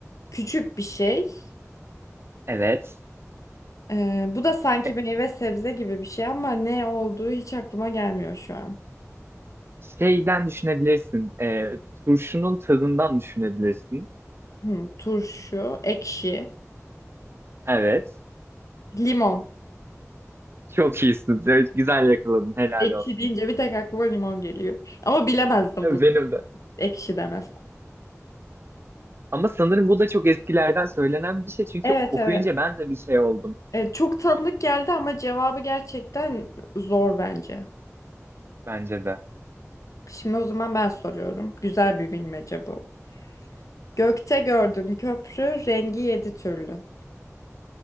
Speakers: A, on the left; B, on the right.
A: Küçük bir şey.
B: Evet.
A: Ee, bu da sanki
B: E,
A: meyve sebze gibi bir şey ama ne olduğu hiç aklıma gelmiyor şu an.
B: şeyden düşünebilirsin. E, turşunun tadından düşünebilirsin.
A: Hı, turşu, ekşi,
B: Evet.
A: limon.
B: Çok iyisin. Evet, Güzel yakaladın. Helal
A: Ekşi
B: olsun.
A: deyince bir tek aklıma limon geliyor. Ama bilemezdim
B: E,
A: bunu.
B: Benim de.
A: Ekşi demez.
B: Ama sanırım bu da çok eskilerden söylenen bir şey. Çünkü
A: Evet
B: okuyunca
A: evet.
B: ben de bir şey oldum.
A: E, çok tanıdık geldi ama cevabı gerçekten zor bence.
B: Bence de.
A: Şimdi o zaman ben soruyorum. Güzel bir bilmece bu. Gökte gördüm köprü, rengi yedi türlü.